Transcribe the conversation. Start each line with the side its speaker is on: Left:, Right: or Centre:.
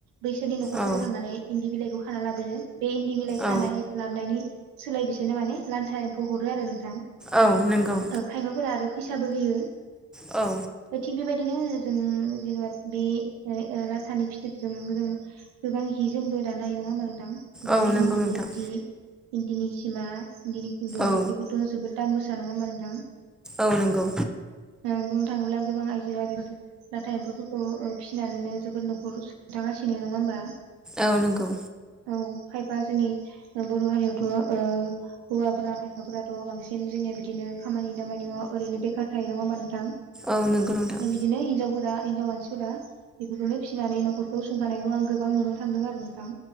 Right: बैसोरनि न'खरफोराव
Centre: औ
Right: थांनानै इन्दि बिलाइखौ खाना लाबोयो बे इन्दि बिलाइ खानाय
Centre: औ
Right: लाबोनायनि सोलाय बिसोरनो माने लान्था एम्फौ हरो आरो नोंथां खायफाफोरा
Centre: औ नंगौ
Right: आरो फैसाबो होयो
Centre: औ
Right: थिग बेबायदि बिदिनो जों जेनेबा बे लाथानि फिथोबजों जों गोबां हि जोमबो दानाय नङा होमबा नों थां बिदिनो
Centre: औ नंगौ
Right: इन्दिनि
Centre: नोंथां
Right: सि इन्दिनि सिमा इन्दिनि खुन्दुं
Centre: औ
Right: बेफोरथ' जोबोद दाम गोसा नङा होमबा नोंथां
Centre: औ नंगौ
Right: बुंनो थाङोब्ला गोबां आइजोआ लाथा एम्फौफोरखौ फिसिनानैनो जोबोद न'खर जागासिनो फिसिनो नङा होमबा
Centre: औ नंगौ
Right: औ खायफा जोंनि बर' हारियावथ' ओ हौवाफोरा खायफाफोराथ' बांसिन जोंनि बिदिनो खामानि दामानि मावा ओरैनो बेखार थायो नङा होमबा नोंथां
Centre: औ नंगौ नोंथां
Right: बिदिनो हिनजावफोर हिनजाव मानसिफोरा बेफोरखौनो फिसिनानै न'खरखौ संखानायखौ आं गोबां नुनो थांदों आरो नोंथां